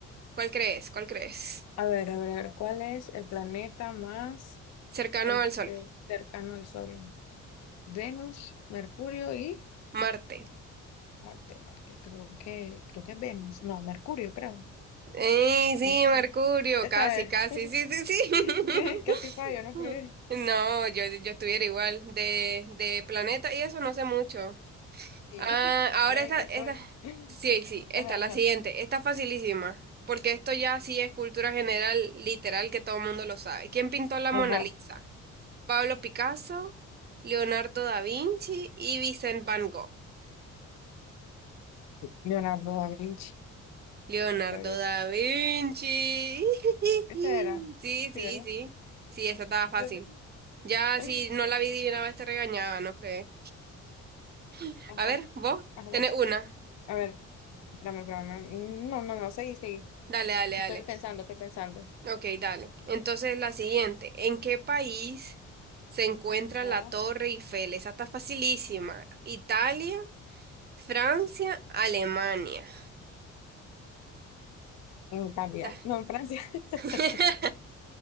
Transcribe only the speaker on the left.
A ver, a ver, a ver, ¿cuál es el planeta más
este,
cercano al Sol? Venus, Mercurio y
Marte, Marte. Creo que, creo que es Venus. No, Mercurio, creo.
Mercurio.
Esa
es.
<laughs>
Sí, casi fallo, no fregué.
Y
yo, <laughs>
solo en
el que
estoy. <laughs>
Ajá,
ajá.
Ajá.
Leonardo da Vinci.
La vio.
Esta era.
Sí, ¿verdad?
Yo-
<laughs>
Ajá.
Ajá, bueno.
A ver, espérame, espérame. Mm, No, no, no, seguí, seguí.
Estoy
pensando, estoy pensando.
Ajá.
En Italia.
No, en Francia.
<laughs>